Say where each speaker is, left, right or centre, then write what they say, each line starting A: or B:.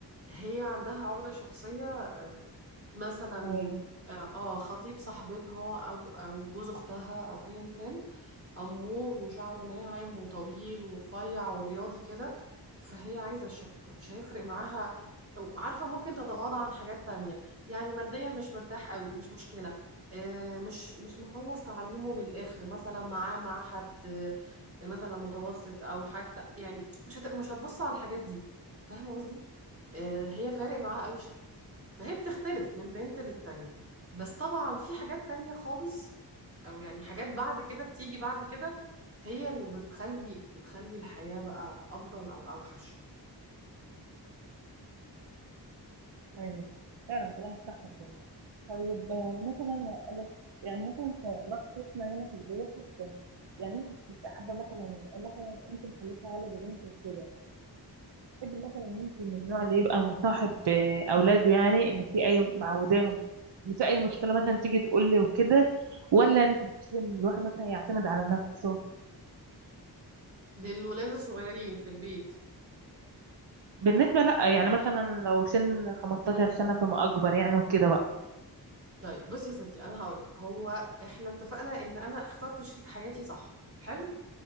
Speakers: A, on the right; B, on the right.
A: هي عندها عقدة شخصية آه، مثلا
B: ايوه
A: اه آه، خطيب صاحبتها او او جوز اختها او ايا كان امور وشعره ناعم وطويل ورفيع ورياضي كده فهي عايزه الشكل ده مش هيفرق معاها عارفه ممكن تتغاضى عن حاجات تانية يعني ماديا مش مرتاح قوي مش مشكله آه، مش مش مخلص تعليمه للاخر مثلا معاه معهد آه، مثلا متوسط او حتى يعني مش هت... مش هتبص على الحاجات دي فاهمه قصدي آه، هي فارق معاها قوي شكل فهي بتختلف من بنت للتانية بس طبعا في حاجات تانية خالص او يعني حاجات بعد كده بتيجي بعد كده هي اللي بتخلي بتخلي الحياة بقى افضل او اوحش
B: ايوه فعلا كلامك صح بجد طيب آه، مثلا أقول لك- يعني مثلا في علاقتنا هنا في البيت يعني انت كنت حابه مثلا مثلا انت مخلفه ولد وبنت وكده تحب مثلا انت من النوع اللي يبقى مصاحب آه، اولاده يعني ان في اي معوداهم ان في اي مشكله مثلا تيجي تقول لي وكده ولا انت بتحب ان الواحد مثلا يعتمد على نفسه
A: للولاد الصغيرين في البيت
B: بالنسبه لا يعني مثلا لو سن 15 سنه فما اكبر يعني وكده بقى
A: طيب بصي يا ستي انا هقولك هو احنا اتفقنا ان انا اخترت شريك حياتي صح حلو